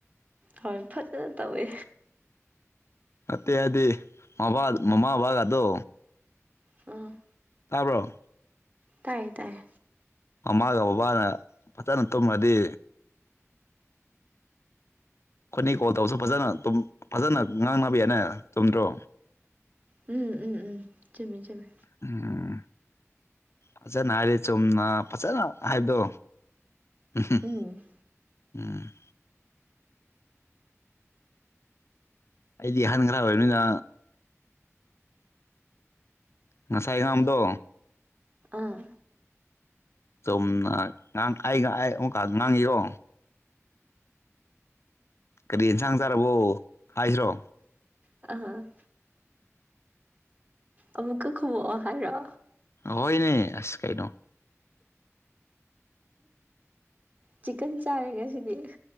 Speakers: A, on the right; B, on the left.
A: ꯍꯔ ꯐꯖꯅ ꯇꯧꯋꯦ
B: ꯑꯠꯇꯩ ꯍꯥꯏꯗꯤ ꯃꯕ ꯃꯃꯥ ꯕꯕꯥꯒꯗꯣ
A: ꯎꯝ
B: ꯇꯥꯕ꯭ꯔꯣ
A: ꯇꯥꯏꯌꯦ ꯇꯥꯏꯌꯦ
B: ꯃꯃꯥꯒ ꯕꯕꯥꯅ ꯐꯖꯅ ꯇꯨꯝꯃꯗꯤ ꯑꯩꯈꯣꯏꯅ ꯀꯣꯜ ꯇꯧꯕꯁꯨ ꯐꯖꯅ ꯗꯨꯝ ꯐꯖꯅ ꯉꯥꯡꯅꯕ ꯌꯥꯅꯦ ꯆꯨꯝꯗ꯭ꯔꯣ
A: ꯎꯝ ꯎꯝ ꯎꯝ ꯆꯨꯝꯃꯦ ꯆꯨꯝꯃꯦ
B: ꯎꯝ ꯐꯖꯅ ꯍꯥꯏꯔꯦ ꯆꯨꯝꯅ ꯐꯖꯅ ꯍꯥꯏꯕꯗꯣ ꯎꯍꯨꯝ
A: ꯎꯝ
B: ꯎꯝ ꯑꯩꯗꯤ ꯑꯍꯟ ꯈꯔ ꯑꯣꯏꯔꯕꯅꯤꯅ ꯉꯁꯥꯏ ꯉꯝꯗꯣ
A: ꯑꯥ
B: ꯁꯣꯝꯅ ꯉꯥꯡ ꯀꯥꯏꯒ ꯑꯣ ꯀꯥ ꯉꯪ ꯏꯔꯣ ꯀꯔꯤ ꯌꯦꯟꯁꯥꯡ ꯆꯥꯔꯕꯣ ꯍꯥꯏꯁꯤ꯭ꯔꯣ
A: ꯑ ꯑꯃꯨꯛꯀ ꯈꯨ ꯍꯥꯏꯔꯣ
B: ꯍꯣꯏꯅꯦ ꯑꯁ ꯀꯥꯏꯩꯅꯣ
A: ꯆꯤꯛꯀꯟ ꯆꯥꯔꯦꯒꯁꯤꯗꯤ